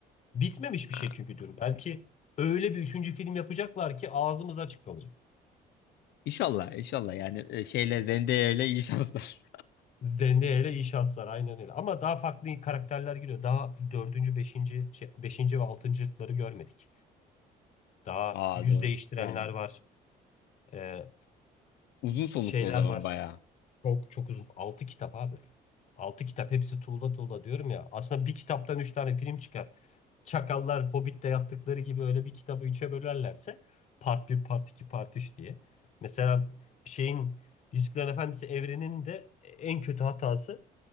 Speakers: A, on the left (about 45°); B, on the left (about 75°).
A: Bitmemiş bir
B: Ha,
A: şey çünkü Dune. Belki öyle bir üçüncü film yapacaklar ki ağzımız açık kalacak.
B: İnşallah inşallah yani e, şeyle Zendaya ile iyi şanslar.
A: Zendaya ile iyi şanslar aynen öyle. Ama daha farklı karakterler giriyor. Daha dördüncü, beşinci, şey, beşinci ve altıncılıkları görmedik. Daha
B: <laughs> Aa
A: yüz
B: doğru.
A: değiştirenler
B: Yani
A: var. Ee,
B: uzun soluklu
A: şeyler
B: o zaman
A: var.
B: bayağı.
A: Çok çok uzun. Altı kitap abi. Altı kitap hepsi tuğla tuğla diyorum ya. Aslında bir kitaptan üç tane film çıkar. Çakallar Hobbit'te yaptıkları gibi öyle bir kitabı üçe bölerlerse part bir part 2 part 3 diye. Mesela şeyin Yüzüklerin Efendisi evreninin de en kötü hatası